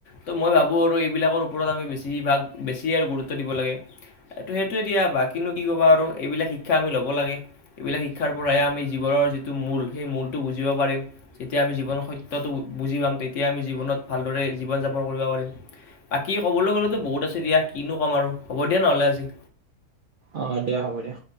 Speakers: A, on the left; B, on the right.
A: তো মই ভাবোঁ আৰু এইবিলাকৰ ওপৰত আমি বেছিভাগ বেছি আৰু গুৰুত্ব দিব লাগে। ত সেইটোয়ে দিয়া বাকী ন কি কবা আৰু এইবিলাক শিক্ষা আমি ল'ব লাগে এইবিলাক শিক্ষাৰ পৰাহে আমি জীৱন। নৰ যিটো মূল সেই মূতটো বুজিব পাৰিম যেতিয়া আমি জীৱনৰ সত্যটো বু বুজি পাম তেতিয়া আমি জীৱনত ভালদৰে জীৱন যাপন কইৰবা পাৰিম। বাকী ক'বলৈ গ'লেতো বহুত আছে দিয়া কিনো ক'ম আৰু হ'ব দিয়া নহ'লে আজি।
B: অ দিয়া হ'ব দিয়া।